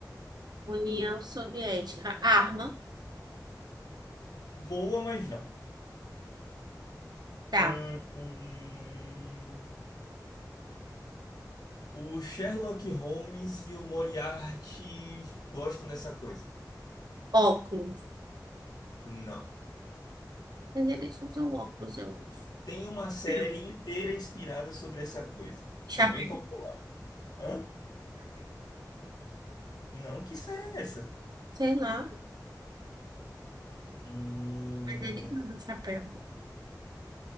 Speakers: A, on the right; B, on the left.
A: União Soviética. Arma.
B: Boa, mas não.
A: Tá.
B: Ahn, hum, O Sherlock Holmes e o Moriarty gostam dessa coisa?
A: Óculos.
B: Não.
A: Mas eles usam óculos, eu acho.
B: Tem uma série
A: Chapéu.
B: inteira inspirada sobre essa coisa,
A: Chapéu.
B: que é bem popular. Hã? Não, que série é essa?
A: Sei lá,
B: Hum,
A: mas eles usam chapéu.